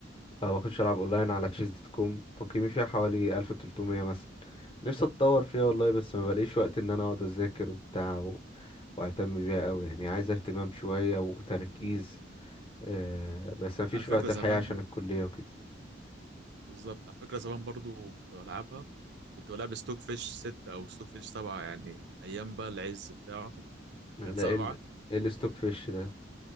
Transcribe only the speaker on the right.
على فكرة
زمان
بالظبط على فكرة زمان برضه كنت بلعبها كنت بلعب ستوك فيش ستة أو ستوك فيش سبعة يعني أيام بقى العز بتاعه <laughs>
كان سبعة